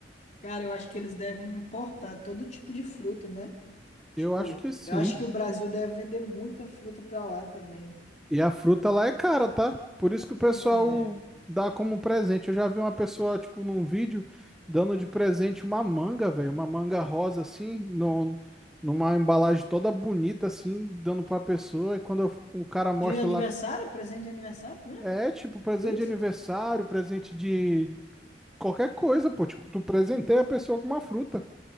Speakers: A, on the left; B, in the centre.
A: Cara, eu acho que eles devem importar todo tipo de fruta, né? Tipo,
B: Eu acho que sim.
A: eu acho que o Brasil deve vender muita fruta pra lá também.
B: E a fruta lá é cara, tá? Por isso que o pessoal
A: Hum, é.
B: dá como presente. Eu já vi uma pessoa, tipo, num vídeo, dando de presente uma manga, velho, uma manga rosa, assim, no... numa embalagem toda bonita, assim, dando pra pessoa, e quando eu- o cara mostra
A: De aniversário?
B: lá
A: Presente de aniversário mesmo?
B: É, tipo, presente
A: Foi isso?
B: de aniversário, presente de qualquer coisa, pô. Tipo, tu presenteia a pessoa com uma fruta.